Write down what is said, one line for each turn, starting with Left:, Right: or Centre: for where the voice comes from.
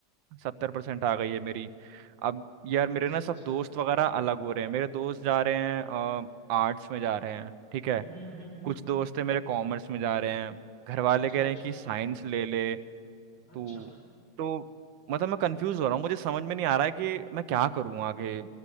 Right: सत्तर परसेंट आ गई है मेरी अब यार मेरे
Left: अच्छा
Right: ना
Left: अच्छा
Right: सब दोस्त वगैरह अलग हो रहे हैं मेरे दोस्त जा रहे हैं आर्ट्स में जा रहे हैं ठीक है
Left: हम्म हम्म हम्म
Right: कुछ दोस्त है मेरे कॉमर्स में जा रहे हैं घर वाले
Left: अच्छा
Right: कह
Left: अच्छा
Right: रहे हैं कि साइंस ले ले तो
Left: अच्छा
Right: तो मतलब मैं कंफ्यूज हो रहा हूँ मुझे समझ में नहीं आ रहा है कि मैं क्या करूँ आगे